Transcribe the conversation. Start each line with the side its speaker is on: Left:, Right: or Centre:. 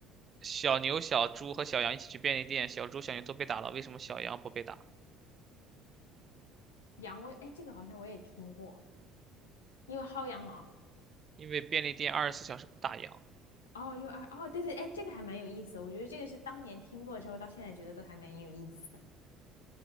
Right: 小牛、小猪和小羊一起去便利店，小猪、小牛都被打了，为什么小羊不被打？
Left: 羊我，哎，这个好像我也听过，因为薅羊毛。
Right: 因为便利店二十四小时不打烊
Left: 哦，U r 哦，对对，哎，这个还蛮有意思的我觉得这个是当年听过之后，到现在觉得都还蛮有意思的。